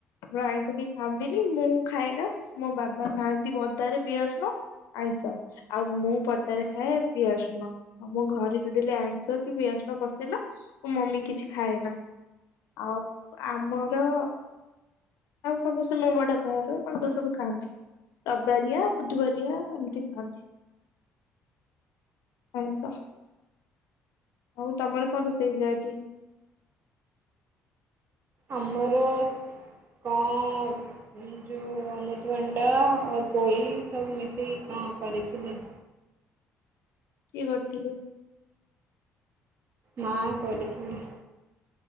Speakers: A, on the left (about 80°); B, on the right (about 45°).
A: ଆମର ଆଇଁଷ କେ ଖାଆନ୍ତିନି ମୁଁ ଖାଏନା ମୋ ବାବା ଖାଆନ୍ତି ପଦାରେ ପିଆଜ ରସୁଣ। ଆଇଁଷ ଆଉ ମୁଁ ପଦାରେ ଖାଏ ପିଆଜ ରସୁଣ। ଆମ ଘରେ ଟୁଟାଲି ଆଇଁଷ କି ପିଆଜ ରସୁଣ ପସେନା ମୋ ମମି କିଛି ଖାଏ ନା। ଆଉ ଆମର ଆଉ ସମସ୍ତେ ମୋ ବଡ଼ ବାପା ଘର ତାଙ୍କର ସବୁ ଖାଆନ୍ତି। ରବବାରିଆ, ବୁଧବାରିଆ ଏମିତି ଖାଆନ୍ତି। ଆଇଁଷ ଆଉ ତମର କଣ ରୋଷେଇ ହେଇଥିଲା ଆଜି?
B: ଆମର କ ଏ ଯୋଉ ଅମୃତଭଣ୍ଡା ଆଉ ପୋଇ ସବୁ ମିଶେଇ କଣ କରିଥିଲେ।
A: କିଏ କରିଥିଲେ?
B: ମା କରିଥିଲେ।